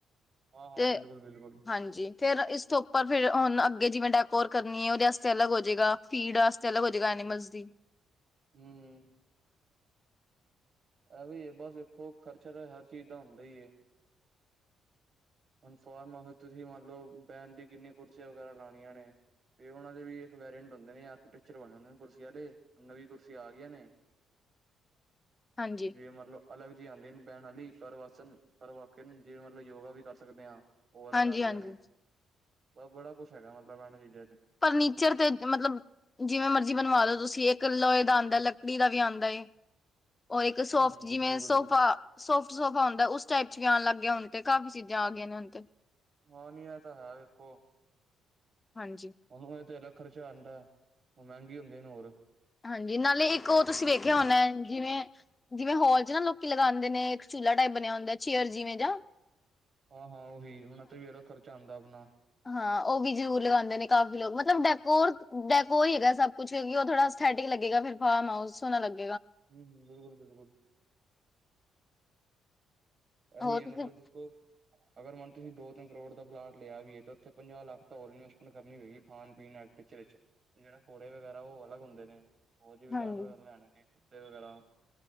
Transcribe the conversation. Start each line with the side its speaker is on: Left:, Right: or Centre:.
Right: ਹਾਂ ਹਾਂ,
Left: ਤੇ
Right: ਬਿਲਕੁਲ ਬਿਲਕੁਲ।
Left: ਹਾਂਜੀ ਫੇਰ ਇਸ ਤੋਂ, ਉੱਪਰ ਫਿਰ ਹੁਣ ਅੱਗੇ ਜਿਵੇਂ ਡੈਕੋਟ ਕਰਨੀ ਹੈ। ਉਹਦੇ ਵਸਤੇ ਅਲੱਗ ਹੋ ਜਾਏਗਾ ਫੀਡ ਵਾਸਤੇ। ਚਲੋ ਹੋਜੇਗਾ, ਐਨੀਮਲਸ ਦੀ।
Right: ਹਮ ਇਹ ਵੀ ਹੈ। ਬਸ ਵਖੋ ਖਰਚਾ ਤਾਂ ਹਰ ਚੀਜ਼ ਦਾ ਹੁੰਦਾ ਹੀ। ਹੁਣ ਫਾਰਮ ਹਾਸ ਤੁਸੀਂ ਮੰਨ ਲਓ। ਬੈਠਣ ਵਾਸਤੇ ਕੀਨੀਆ ਕੁਰਸੀਆਂ ਵਗੈਰਾ ਲਾਣੀਆਂ ਨੇ ਤੇ, ਉਹਨਾਂ ਦੇ ਵੀ। ਇੱਕ ਵੇਰੀਅੰਟ ਹੁੰਦੇ ਨੇ ਆਰਕੀਟੈਕਚਰ ਬਣੇ ਹੁੰਦੇ ਨੇ, ਕੁਰਸੀਆਂ ਦੇ ਨਾਲ਼ੇ ਨਵੀਂ ਕੁਰਸੀੀਆਂ ਆ ਗਈਆਂ ਨੇ
Left: ਹਾਂਜੀ
Right: ਜਵੇ, ਮਤਲਬ ਅਲੱਗ ਜਿਹੀ ਆਉਂਦੇ ਬਹਿਣ ਵਾਲੀ। ਪਰਵਾਸਨ, ਪਰਵਾਕਨ ਜਿਹਵੇਂ ਮਤਲਬ ਯੋਗਾ ਵੀ ਕਰ ਸਕਦੇ ਹਾਂ, ਉਹ ਅਲੱਗ
Left: ਹਾਂਜੀ
Right: ਆਉਂਦੀਆਂ
Left: ਹਾਂਜੀ
Right: ਨੇ- ਬ ਬੜਾ ਕੁਛ ਹੈਗਾ। ਮਤਲਬ ਐਨਾ ਚੀਜਾ ਵਿੱਚ।
Left: ਫਰਨੀਚਰ ਤੇ, ਮਤਲਬ ਜਿਵੇਂ ਮਰਜੀੀ ਬਣਵਾ ਲੋ, ਤੁਸੀਂ ਇੱਕ ਲੋਏ ਦਾ ਆਂਦਾ ਹੈ। ਲੱਕੜੀ ਦਾ ਵੀ ਆਉਂਦਾ ਏ। ਔਰ ਇੱਕ
Right: ਹੂੰ
Left: ਸੋਫਟ
Right: ਹੂੰ
Left: ਜਿਵੇਂ,
Right: ਬਿਲਕੁਲ ਬਿਲਕੁਲ
Left: ਸੋਫਾ ਸੋਫਟ ਸੋਫਾ ਹੁੰਦਾ ਉਸ ਟਾਈਪ ਚ ਵੀ ਆਉਣ ਲੱਗ ਗਿਆ ਹੁਣ ਤੇ। ਕਾਫ਼ੀ ਚੀਜਾਂ ਆ ਗਈਆਂ ਨੇ ਹੁਣ ਤੇ
Right: ਹਾਂ ਨਹੀਂੀ ਐ ਤਾਂ ਹੈੇ ਖ
Left: ਹਾਂਜੀ
Right: ਉਹਨੂੰ ਇਹ ਤੇ ਲੱਖ ਖਰਚਾ ਆਂਦੈ ਉਹ ਮਹਿੰਗੀ ਹੁੰਦੀਆਂ ਨ ਹੋਰ
Left: ਹਾਂਜੀ ਨਾਲੇ ਇੱਕ ਉਹ ਤੁਸੀਂ ਵੇਖਿਆ ਹੋਣੈ ਜਿਵੇਂ ਜਿਵੇਂ ਹੌਲ ਚ ਨਾ ਲੋਕੀ ਲਗਾਂਦੇ ਨੇ ਇ ਚੂਲਾ ਟਾਈਪ ਬਣਿਆ ੳਂਦੈ ਚੇਅਰ ਜਿਵੇਂ ਜਾ
Right: ਹਾਂ ਹਾਂ ਉਹੀ ਉਹਨਾਂ ਤੇ ਵੀ ਉਹਦਾ ਖਰਚਾ ਆਂਦੈ ਅਪਣਾ
Left: ਹਾਂ ਉਹ ਵੀ ਜਰੂਰ ਲਗਾਂਦੇ ਨੇ ਕਾਫ਼ੀ ਲੋਕ ਮਤਲਬ ਡੈਕੋਰ ਡੈਕੋਰ ਹੀ ਹੈਗਾ ਸਭ ਕੁੱਛ ਕਿਉਂਕਿ ਉਹ ਥੋੜਾ ਐਸਥੈਟਿ ਲੱਗੇਗਾ ਫਿਰ ਫਾਰਮਹਾਊਸ ਸੋਹਣਾ ਲੱਗੇ
Right: ਹਮ ਹਮ ਬਿਲਕੁਲ ਬਿਲਕੁਲ ਐਹੀ
Left: ਹੋਰ
Right: ਹੈ
Left: ਤੁਸੀਂ
Right: ਮਤਲਬ ਦੇਖੋ ਅਗਰ ਮਨ ਤੁਸੀਂ ਦੋ ਤਿੰਨ ਕਰੋੜ ਦਾ ਪਲਾਟ ਲਿਆ ਵੀਏ ਤੇ ਉੱਥੇ ਪੰਜਾਹ ਲੱਖ ਤਾਂ ਹੋਰ ਇਨਵੈਸ਼ਮੈਂਟ ਕਰਨੀ ਪਏਗੀ ਖਾਣ ਪੀਣ ਵਾਲ ਵਿਚ ਵਿਚ ਜਿਹੜਾ ਘੋੜੇ ਵਗੈਰਾ ਉਹ ਅਲੱਗ ਹੁੰਦੇ ਨੇ ਹੋਰ ਜ ਵੀ
Left: ਹਾਂਜੀ
Right: ਜਾਨਵਰ ਲੈਣੇ ਨੇ <unintelligible> ਵਗੈਰਾ